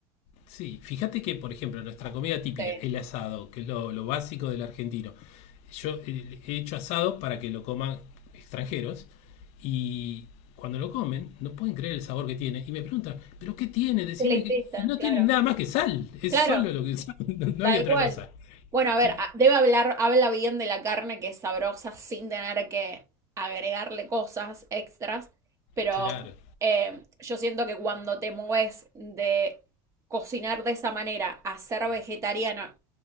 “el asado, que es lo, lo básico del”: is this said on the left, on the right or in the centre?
Left